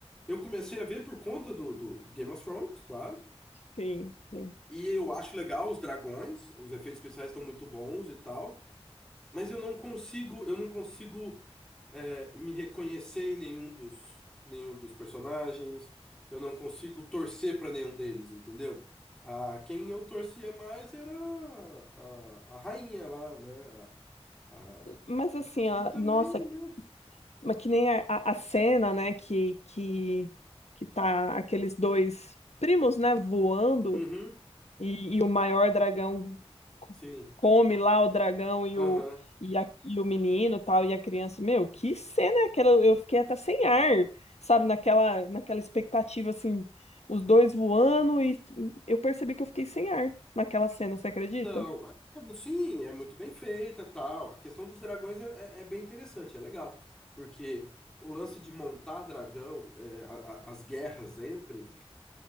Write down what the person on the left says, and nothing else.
Sim, sim.
Mas, assim,
ó,
nossa.
Mas que nem a, a a cena, né, que, que, que tá aqueles dois primos, né, voando
e, e o maior dragão co-
come lá o dragão e
o, e, a- e o menino tal, e a criança. Meu, que cena é aquela? Eu fiquei até sem ar, sabe, naquela, naquela expectativa, assim, os dois voando e eu percebi que eu fiquei sem ar naquela cena, você acredita?